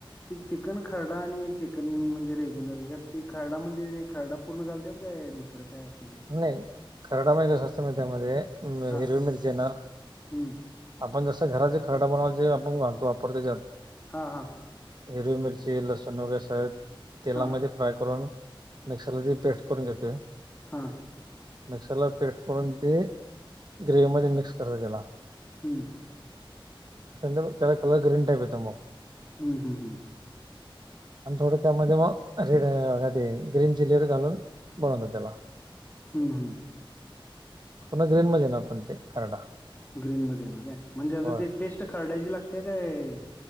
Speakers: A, on the left (about 20°); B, on the right (about 50°).
A: ते चिकन खरडा आणि चिकन म्हणजे रेग्युलर ह ते खरडा म्हणजे खरडा पूर्ण घालतात काय दुसरं काय अस
B: नाही कराडा मा का स्वस्त म त्यामध्ये
A: हा
B: हिरवी मिरची येणार
A: हम्म
B: आपण जसं घराचे खराडा बनवा जे आपणतो वापरतो त्यात
A: हा हा
B: हिरवी मिरची लसूण वगैरे स तेलामध्ये
A: हा
B: फ्राय करून मिक्सरलाी पेस्ट करून घेते
A: हा
B: मिक्सरला पेट करून ते ग्रेवी मध्ये मिक्स करते त्याला
A: हम्म
B: म तेला कल ग्रीन टप पेत मग
A: हम्म हम् हम्
B: आणि थोडं त्यामध्ये मग रेड का ते ग्रीन चिली व घालून बनवत त्याला
A: हम्म हम्म
B: हो ग्रीन ममध्येे ना पण ते कारराण
A: ग्रीन मध्ये ना काय म्हणजे असं
B: होय.
A: ते टेस्ट खरडायची लागते काय